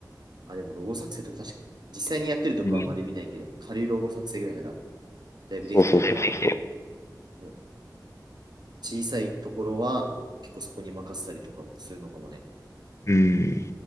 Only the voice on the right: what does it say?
あ、でもロゴ作成とか確かに。実際にやってるとこはあんまり見ないけど、
軽いロゴ作成ぐらいならだいぶできてるから、
もう小さいところは結構そこに任せたりとかもするのかもね。